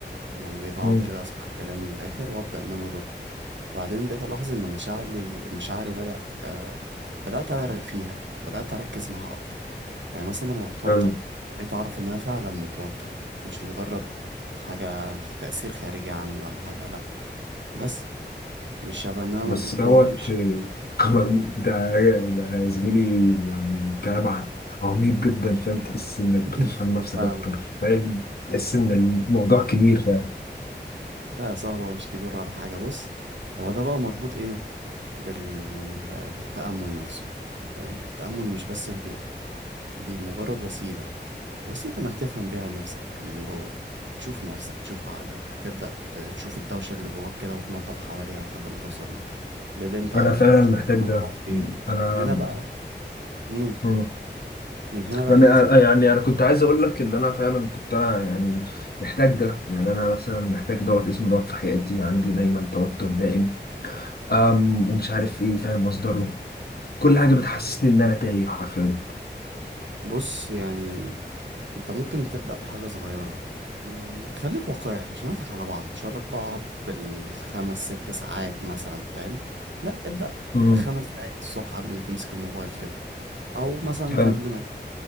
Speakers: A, on the right (about 80°); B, on the left (about 60°).
A: يعني بقيت اقعد
B: امم
A: كده اسمع الكلام للاخر وابدا ان انا ارد وبعدين بقيت الاحظ ان مشاعري مشاعري بدا آه بدات اغرق فيها بدات اركز معاها اكتر يعني مثلا لما بتوتر
B: حلو
A: بقيت اعرف ان انا فعلا متوتر مش مجرد حاجه تاثير خارجي عني ولا حاجه لا بس مش شبه ان انا
B: بس
A: موجود
B: دوت
A: جوه مش
B: <laughs>
A: شايف
B: كمان- ده ده يا زميلي يعني كلام ع- عميق جدا فاهم تحس انك
A: <laughs>
B: بتفهم نفسك
A: فاهم
B: اكتر فاهم تحس ان الموضوع كبير فاهم
A: ده يا صاحبي هو مش كبير ولا حاجه بص هو ده بقى مربوط ايه بال... بالتامل نفسه فاهم التامل مش بس هدوء دي مجرد وسيله وسيلة إنك تفهم بيها نفسك من جوه تشوف نفسك تشوف عقلك تبدأ ت- تشوف الدوشة اللي جواك كده وتنظف حواليها لحد ما توصل لل- للي أنت
B: انا
A: عايزه
B: فعلا
A: تشوف
B: محتاج ده
A: هتروح فين
B: انا
A: من هنا بقى مم.
B: مم.
A: من هنا بقى
B: انا
A: إيه يا زميلي
B: أنا- يعني انا كنت عايز اقول لك ان انا فعلا كنت انا يعني محتاج ده يعني انا مثلا محتاج دوت اسمه دوت في حياتي عندي دايما توتر دائم أم ومش عارف ايه فاهم مصدره كل حاجه بتحسسني ان انا تايه حرفيا
A: بص يعني أنت ممكن تبدأ بحاجة صغيرة م- خليك واقعي مش هنضحك على بعض مش هقولك بقى اقعد بالخمس ست ساعات مثلا فاهم لا ابدأ
B: امم
A: بخمس دقايق الصبح قبل ما تمسك الموبايل كده أو مثلا
B: حلو
A: قبل ما